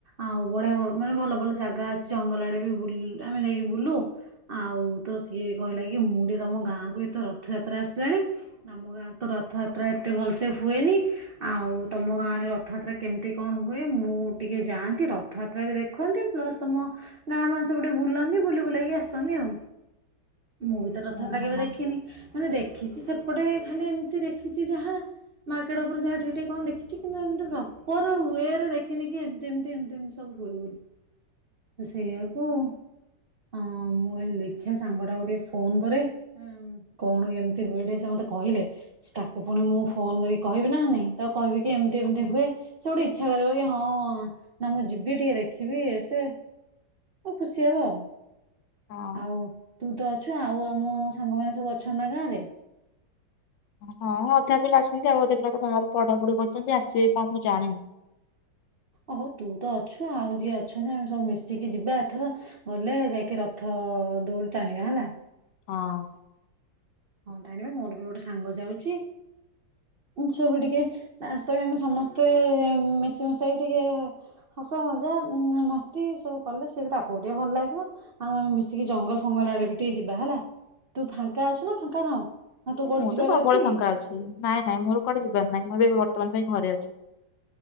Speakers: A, on the right; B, on the left.
A: ଆଉ ବଢିଆ ମାନେ ଭଲ ଭଲ ଜାଗା ଅଛି ଜଙ୍ଗଲ ଆଡ଼େ ବି ବୁଲି ଆମେ ଯାଇକି ବୁଲୁ ଆଉ ତ ସିଏ କହିଲା କି ମୁଁ ଟିକେ ତମ ଗାଁକୁ ଏତେ ରଥଯାତ୍ରା ଆସିଲାଣି ଆମ ଗାଁରେ ତ ରଥଯାତ୍ରା ଏତେ ଭଲସେ ହୁଏନି ଆଉ ତମ ଗାଁରେ ରଥଯାତ୍ରା କେମିତି କଣ ହୁଏ ମୁଁ ଟିକେ ଯାଆନ୍ତି ରଥଯାତ୍ରା ବି ଦେଖନ୍ତି ପ୍ଲସ୍ ତମ ଗାଁ ମା ସ ଗୋଟେ ବୁଲନ୍ତି ବୁଲି ବୁଲାକି ଆସନ୍ତି ଆଉ। ମୁଁ ବି ତ ରଥଯାତ୍ରା
B: ହଁ
A: କେବେ ଦେଖିନି ମାନେ ଦେଖି ଦେଖିଛି ସେପଟେ ଖାଲି ଏମିତି ଦେଖିଛି ଯାହା ମାର୍କେଟ ଉପରେ ଯାହା ଟିକିେ ଟିକେ କଣ ଦେଖିଛି କିନ୍ତୁ ଏମିତି ପ୍ରପର ୱେରେ ଦେଖିନି କି ଏମିତି ଏମିତି ଏମିତି ଏମିତି ସବୁ ହୁଏ ବୋଲି ତ ସେଇଆକୁ। ଅ ମୁଁ କଇଲି ଦେଖିଆ ସାଙ୍ଗଟାକୁ ଟିକେ ଫୋନ୍ କରେ କଣ କେମିତି ହୁଏ ଟିକେ ସେ ମତେ କହିଲେ ତାକୁ ପୁଣି ମୁଁ ଫୋନ୍ କରି କହିବି ନା ନାଇଁ ତାକୁ କହିବି କି ଏମିତି ଏମିତି
B: ହଁ
A: ହୁଏ ସେ ଗୋଟେ ଇଚ୍ଛା କରିବ କି ହଁ ହଁ ନା ମୁଁ ଯିବି ଟିକେ ଦେଖିବି ଏସେ ଖୁସି ହବ ଆଉ।
B: ହଁ।
A: ଆଉ ତୁ ତ ଅଛୁ ଆଉ ଆମ ସାଙ୍ଗ ମାନ ସବୁ ଅଛନ୍ତି ନା ଗାଁ ରେ?
B: ହଁ ଅଧା ପିଲା ଅଛନ୍ତି ଆଉ ଅଧା ପିଲା ତ ବାହାରେ ପଢାପଢି କରୁଛନ୍ତି ଆସିବେ କ ମୁଁ ଜାଣିନି।
A: ଓହୋ ତୁ ତ ଅଛୁ ଆଉ ଯିଏ ଅଛନ୍ତି ଆମେ ସବୁ ମିଶିକି ଯିବା ଏଥର ଗଲେ ଯାଇକି ରଥ ଦୌଡି ଟାଣିବା ହେଲା।
B: ହଁ।
A: ହଁ ଟାଣିବା ମୋର ବି ଗୋଟେ ସାଙ୍ଗ ଯାଉଛି ସେ ବି ଟିକେ ତାସ୍ତ ବି ଆମେ ସମସ୍ତେ ମିଶି ମିଶାଇ ଟିକେ ହସ ମଜା ମସ୍ତି ସବୁ କଲେ ସେ ବି ତାକୁ ଟିକେ ଭଲ ଲାଗିବ ଆଉ ଆମେ ମିଶିକି ଜଙ୍ଗଲ ଫଙ୍ଗଲ ଆଡ଼େ ବି ଟିକେ ଯିବା ହେଲା। ତୁ ଫାଙ୍କା ଅଛୁ ନା ଫାଙ୍କା ନାହୁଁ ନା ତୁ କୋଉଠି
B: ମୁଁ
A: ଯିବାର
B: ତ ସବୁବେଳେ
A: ଅଛି
B: ଫାଙ୍କା
A: କି?
B: ଅଛି ନାଇଁ ନାଇଁ ମୋର କୁଆଡେ ଯିବାର ନାହିଁ ମୁଁ ବି ବର୍ତ୍ତମାନେ ପାଇଁ ଘରେ ଅଛି।